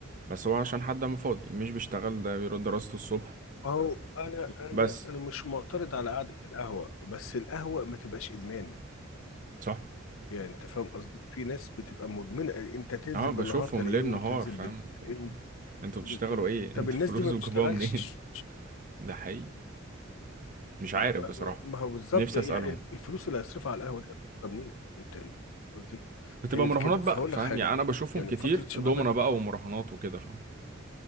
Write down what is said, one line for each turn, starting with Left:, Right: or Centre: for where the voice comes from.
Right: بس هو عشان حد ما فاضي مش بيشتغل ده بيروح دراسته الصبح
Left: هو انا انا
Right: بس
Left: انا مش معترض على قعده القهوه بس القهوه ما تبقاش ادمان
Right: صح
Left: يعني انت فاهم قصدي في ناس بتبقى مدمنه انت تنزل
Right: اه بشوفهم
Left: بالنهار تلاقيهم
Right: ليل نهار
Left: تنزل
Right: فاهم
Left: بالليل تلاقيهم
Right: انتوا
Left: تنزل
Right: بتشتغلوا
Left: فجأة.
Right: ايه
Left: طب
Right: <laughs> انتوا
Left: الناس
Right: فلوس
Left: دي ما بتشتغلش
Right: وجابوها منين <laughs> ده حقيقي مش عارف
Left: ما,
Right: بصراحة
Left: ما, ما هو بالظبط
Right: نفسي
Left: يعني
Right: اسألهم
Left: الفلوس اللي هيصرفها على القهوه ده طب منين انت أنت قصدي
Right: بتبقى
Left: ما هي
Right: مراهنات
Left: في كده
Right: بقى
Left: فهقول
Right: فاهم
Left: لك حاجه
Right: يعني انا بشوفهم
Left: يعني
Right: كتير
Left: في فتره شبابك
Right: دومنا بقى
Left: دي،
Right: ومراهنات وكده فاهم